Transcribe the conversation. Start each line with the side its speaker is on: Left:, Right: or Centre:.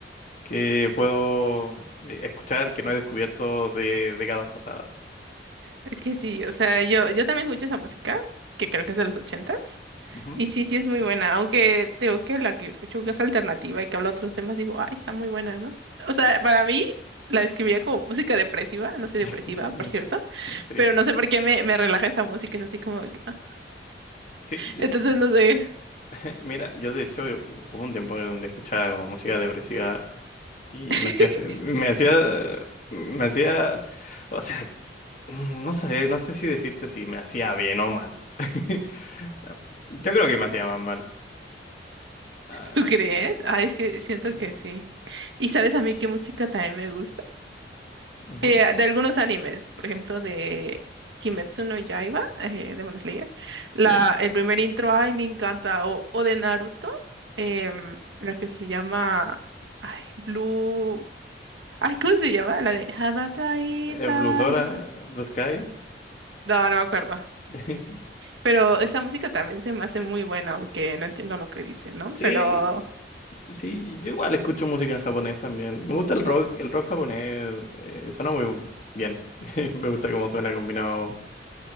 Left: que puedo eh, escuchar que no he descubierto de décadas pasadas.
Right: Es que sí, o sea, yo, yo también escucho esa música, que creo que es de los ochentas.
Left: Ujú.
Right: Y sí, sí es muy buena, aunque te digo que la que yo escucho que es alternativa y que habla otros temas, digo, ay, está muy buena, ¿no? O sea, para mí la describiría como música depresiva, no
Left: <laughs>
Right: soy depresiva, por cierto,
Left: Sí,
Right: pero no sé por qué me, me relaja esa música, es así como... que, ah.
Left: sí, de-
Right: Entonces, no sé,
Left: <laughs> mira, yo de hecho eh, hu- hubo un tiempo donde escuchaba como música depresiva y
Right: <laughs>
Left: me hacía, eh, me hacía, me hacía, o sea, mm, no sé, no sé si decirte si me hacía bien o mal. <laughs> Yo creo que me hacía más mal. Ah,
Right: ¿tú crees? Ay, es que siento
Left: sí,
Right: que sí. ¿Y sabes a mí qué música también me gusta?
Left: ujú,
Right: Eh, de algunos animes, por ejemplo, de Kimetsu no Yaiba, eh, Demon Slayer, la,
Left: sí,
Right: el primer intro, ay, me encanta, o, o de Naruto, em, la que se llama, ay, Blue, ay, ¿cómo se llama? La de Habatai
Left: eh,
Right: Tala.
Left: Blues Hora, Blue Sky.
Right: No, no me acuerdo,
Left: <laughs>
Right: pero esa música también se me hace muy buena, aunque no entiendo lo que dicen, ¿no?
Left: Sí,
Right: Pero,
Left: Sí, yo igual escucho música en japonés también. Me gusta el rock, el rock japonés eh, suena muy bien. <laughs> Me gusta cómo suena combinado